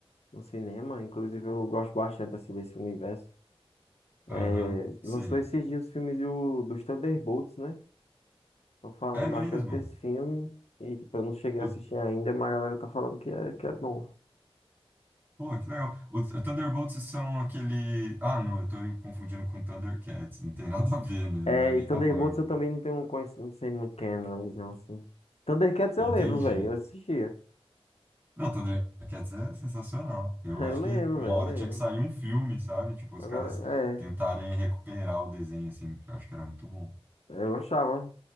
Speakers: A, on the left; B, on the right.
A: no cinema. Inclusive, eu gosto bastante assim, desse universo. É,
B: Aham, sei.
A: lançou esses dias os filmes do, dos Thunderbolts, né? Estão falando
B: É mesmo.
A: bastante desse filme. E tipo, eu não cheguei
B: Eu
A: a assistir ainda, mas a galera tá falando que é, que é bom.
B: Pô, que legal. O Th- Thunderbolts são aquele. Ah, não, eu tô confundindo com Thundercats. Não tem nada a ver, né? Não
A: É,
B: é nem
A: e Thunderbolts
B: da Marvel.
A: eu também não tenho um conhec- não sei muito quem é, não, eles não, assim. Thundercats eu
B: Entendi.
A: lembro, velho, eu assistia.
B: Não, Thundercats é sensacional. Eu
A: <laughs> Eu
B: acho
A: lembro,
B: que uma
A: velho,
B: hora
A: eu lembro.
B: tinha que sair um filme, sabe? Tipo, os
A: Agora,
B: caras
A: é,
B: tentarem recuperar o desenho, assim, que eu acho que era muito bom,
A: eu gostava.